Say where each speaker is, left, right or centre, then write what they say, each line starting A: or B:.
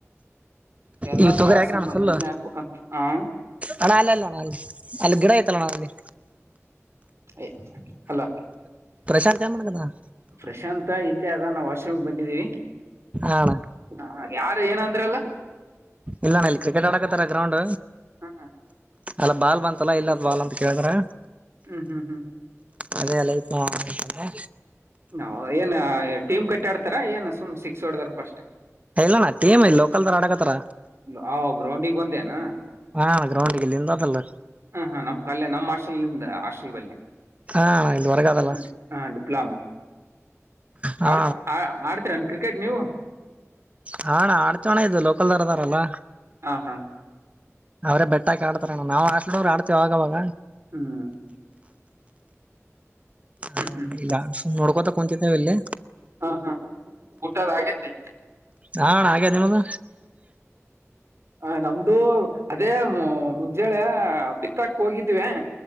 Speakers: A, on the right (about 60°); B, on the right (about 25°).
A: ಎಲ್ಲಾಂದ್ರ
B: ಈಗ ತೊಗರಿ ಹಾಕಿರಣ್ಣ
A: ಸುಮ್ಮ
B: ಫುಲ್
A: ಇದನ್ನೇ ಹಾಕ್ಬೇಕಂತೆ ಹ
B: ಅಣ್ಣ ಅಲ್ಲ ಅಲ್ಲ ಅಣ್ಣ ಅಲ್ಲಿ ಅಲ್ಲಿ ಗಿಡ ಹೈತಾಳನ್ನ ಅಲ್ಲಿ
A: ಹೇ ಅಲ್ಲ
B: ಪ್ರಶಾಂತ್ ಏನ್ ಮಾಡಕತ್ತಾನ
A: ಪ್ರಶಾಂತ ಇಲ್ಲೇ ಅದೇನೆ ನಾವ್ ವಾಶ್ರೂಮ್ ಬಂದಿದ್ದೀವಿ
B: ಹಾ ಅಣ್ಣ
A: ಹಾ ಯಾರ ಏನ ಅಂದ್ರಲ್ಲ
B: ಇಲ್ಲಣ್ಣ ಇಲ್ಲಿ ಕ್ರಿಕೆಟ್ ಆಡಾಕತ್ತಾರ ಗ್ರೌಂಡ್
A: ಹಾ
B: ಅಲ್ಲ ಬಾಲ್ ಬಂತಲ್ಲಾ ಎಲ್ಲದು ಬಾಲ್ ಅಂತ ಕೇಳಿದ್ರ
A: ಹ್ಮ್ ಹ್ಮ್ ಹ್ಮ್
B: ಅದೇ ಅಲ್ಲಿ ಆಯ್ತ ಬಾ ಅಂತಲೇ
A: ನಾ ಏನ್ ಟೀಮ್ ಕಟ್ಟಿ ಆಡ್ತಾರೆ ಏನ್ ಸುಮ್ಮನೆ ಸಿಕ್ಸ್ ಹೊಡದರ್ ಪಸ್ಟ್
B: ಇಲ್ಲಣ ಟೀಮ್ ಇಲ್ಲಿ ಲೋಕಲ್ದರ್ ಆಡಕತಾರ
A: ಬಾವ ಗ್ರೌಂಡಿಗೆ ಬಂದೇನು
B: ಹಾ ಗ್ರೌಂಡ್ ಇಲ್ಲಿಂದ ಅದಲ್ಲ
A: ಹಾ ಹಾ ನಮ್ ಕಲ್ಲ ನಮ್ಮ ಹಾಸ್ಟೆಲಿಂದ ಹಾಸ್ಟೆಲ್ ಬೆಲ್ಲೆ
B: ಹಾ ಇಲ್ಲಿ ಹೊರಗ ಅದಲ್ಲ
A: ಹೂಮ್ ಹಾ ಡಿಪ್ಲಮ್
B: ಹಾ
A: ಆಡ್ ಆಡ್ ಆಡ್ತೀರನ್ ಕ್ರಿಕೆಟ್ ನೀವು
B: ಹಾ ಅಣ್ಣ ಆಡೀತೀವಿ ಅಣ್ಣಇದು ಲೋಕಲ್ ಅವ್ರು ಇದಾರೆಯಲ್ಲ
A: ಹ ಹಾ
B: ಅವ್ರೇ ಬೆಟ್ಟಾಕಿ ಆಡ್ತಾರಣ್ಣ ನಾವು ಹಾಸ್ಟೆಲ್ಡವರು ಆಡ್ತೀವಿ ಅವಾಗವಾಗ
A: ಹ್ಮ್ ಹ್ಮ್
B: ಅದ
A: ಹ್ಮ್
B: ಇಲ್ಲ ಸುಮ್ಮನೇ ನೋಡ್ಕೋತ ಕುಂತೂರ್ತಿವಿ ಇಲ್ಲಿ
A: ಹಾ ಹಾ ಕೂಟದ್ ಆಗಿತ್ತೇ
B: ಹ ಅಣ್ಣ ಹಾಗೆತೇ ನಿಮ್ಮ್ದ
A: ಆ ನಮ್ದು ಅದೇ ಮುಂಜಾಳೆ ಬಿತ್ತಾಕ್ ಹೋಗಿದ್ವಿ